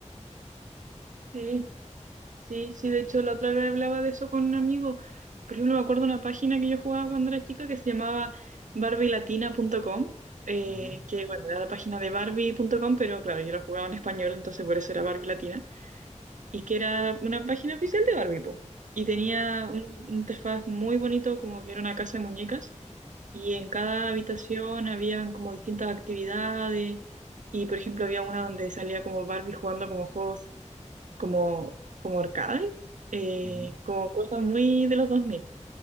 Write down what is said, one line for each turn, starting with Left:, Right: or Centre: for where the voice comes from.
Right: Sí, Sí, sí, de hecho la otra vez hablaba de eso con un amigo. Por ejemplo, me acuerdo de una página que yo jugaba cuando era chica que se llamaba barbilatina.com, eh,
Centre: Ujú,
Right: que bueno, era la página de barbie.com, pero claro, yo la jugaba en español, entonces por eso era Barbie Latina, y que era una página oficial de Barbie, po. Y tenía
Centre: ya.
Right: un un interfaz muy bonito, como que era una casa de muñecas, y en cada habitación habían como distintas actividades, y por ejemplo había una donde salía como Barbie jugando como juegos como, como arcade, eh,
Centre: Ujú.
Right: como cosas muy de los 2000